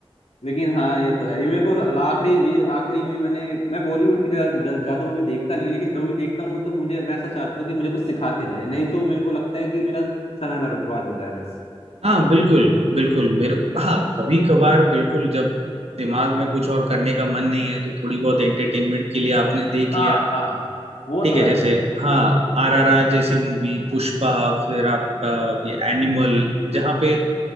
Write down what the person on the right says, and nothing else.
हाँ बिल्कुल बिल्कुल मेरे हाँ कभी कभार बिल्कुल जब दिमाग में कुछ और करने का मन नहीं है तो थोड़ी बहुत एंटरटेनमेंट के लिए आपने देख
लिया
ठीक
है
जैसे हाँ आरआरआर जैसी मूवी पुष्पा फिर आपका ये एनिमल जहाँ पे